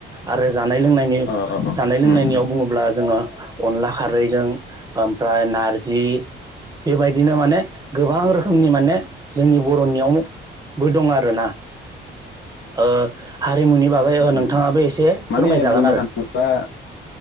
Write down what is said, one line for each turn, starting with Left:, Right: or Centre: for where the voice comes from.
Right: आरो जानाय लोंनायनि
Left: औ औ
Right: जानाय
Left: उम
Right: लोंनायनियाव बुङोब्ला जोङो अनला खारैजों ओमफ्राय नारजि बेबायदिनो माने गोबां रोखोमनि माने जोंनि बर'नियावबो दं आरोना ओ हारिमुनि बागै
Left: उम
Right: नोंथाङाबो एसे
Left: माने
Right: फोरमायजागोन
Left: बुंनो
Right: आरो
Left: थाङोब्ला